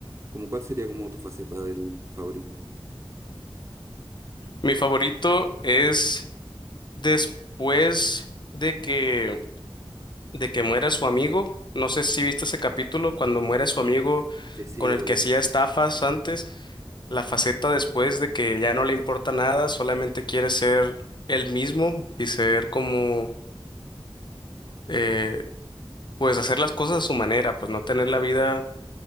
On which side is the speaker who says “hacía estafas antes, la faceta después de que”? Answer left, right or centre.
Left